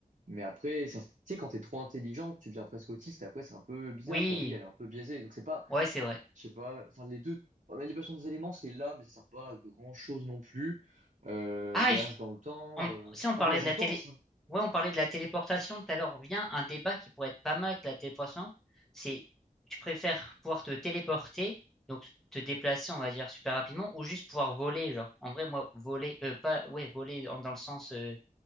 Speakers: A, on the right (about 60°); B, in the centre.
A: Mais après, ça- tu sais, quand t'es trop intelligent, tu deviens presque autiste. Après, c'est un peu bizarre.
B: Oui,
A: Ta vie, elle est un peu biaisée. Donc, c'est pas,
B: ouais, c'est vrai.
A: je sais pas, enfin, les deux, la manipulation des éléments, c'est là, mais ça sert pas à grand chose non plus. Euh,
B: Ah,
A: voyage
B: j-
A: dans le temps,
B: On,
A: euh...
B: si on parlait
A: enfin, voyage
B: de
A: dans
B: la
A: le
B: télé,
A: temps aussi.
B: ouais, on parlait de la téléportation tout à l'heure. Vient un débat qui pourrait être pas mal avec la téléportation. C'est tu préfères pouvoir te téléporter, donc te déplacer, on va dire super rapidement, ou juste pouvoir voler, genre. En vrai, moi, voler, euh, pas, ouais, voler en- dans le sens, euh,